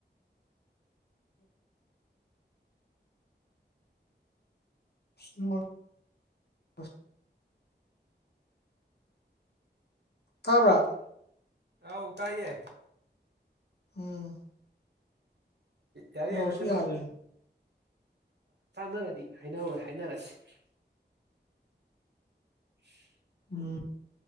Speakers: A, on the left; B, on the right.
A: <inaudible> ꯇꯥꯕ꯭ꯔꯥ
B: ꯑꯥꯎ ꯎ ꯇꯏꯌꯦ
A: ꯎꯝ
B: ꯌꯥꯔ
A: ꯅꯦꯠꯋꯥꯛꯁꯨ
B: ꯍꯥꯏꯅ ꯁꯤꯦ
A: ꯌꯥꯗ꯭ꯔꯦꯅꯦ
B: ꯇꯥꯟꯅꯔꯗꯤ ꯍꯥꯏꯅꯍꯧꯔꯣꯏ ꯍꯥꯏꯅꯔꯁꯤ <inaudible>
A: ꯎꯝ